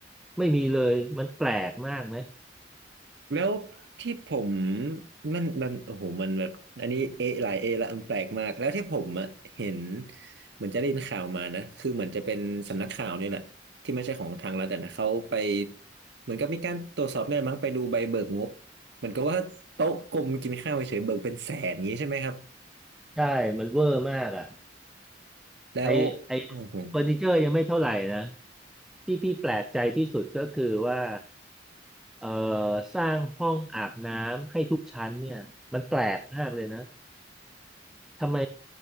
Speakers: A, in the centre; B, on the right.
A: ไม่มีเลยมันแปลกมากไหม
B: แล้วที่ผมมันมันโอ้โหมันแบบอันนี้เอหลายเอละมันแปลกมากแล้วที่ผมอะเห็นเหมือนจะได้ยินข่าวมานะคือเหมือนจะเป็นสำนักข่าวนี่แหละที่ไม่ใช่ของทางรัฐอะนะเขาไปเหมือนกับมีการตรวจสอบเนี่ยมั้งไปดูใบเบิกงบเหมือนกับว่าโต๊ะกลมกินข้าวเฉยๆเบิกเป็นแสนอย่างนี้ใช่ไหมครับ
A: ใช่มันเวอร์มากอ่ะ
B: แล้ว
A: ไอไอ
B: โอ้โห
A: เฟอร์นิเจอร์ยังไม่เท่าไหร่นะที่พี่แปลกใจที่สุดก็คือว่าเอ่อสร้างห้องอาบน้ำให้ทุกชั้นเนี่ยมันแปลกมากเลยนะทำไม